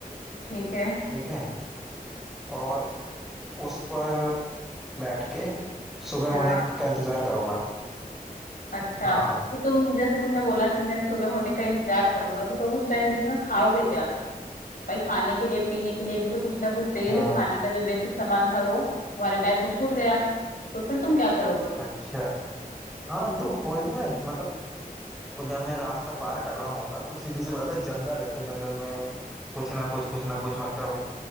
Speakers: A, on the left; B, in the centre.
A: ठीक है
B: ठीक है और उस पर बैठ के सुबह होने
A: हाँ
B: का इंतजार करूंगा
A: अच्छा
B: हाँ
A: तो तुम जैसे तुमने बोला कि मैं सुबह होने का इंतजार करूंगा तो तुम उस टाइम बीच में खाओगे क्या भाई खाने के लिए पीने के लिए भी तो कुछ ना कुछ चाहिए
B: हाँ
A: जो खाने का जो बेसिक सामान था वो तुम्हारे बैग में छूट गया तो फिर तुम क्या करोगे
B: अच्छा हाँ
A: हम्म,
B: तो कोई नहीं मैं मतलब और जब मैं रास्ता पार कर रहा हूँ तो सीधी सी बात है जंगल है तो जंगल में कुछ ना कुछ कुछ ना कुछ मतलब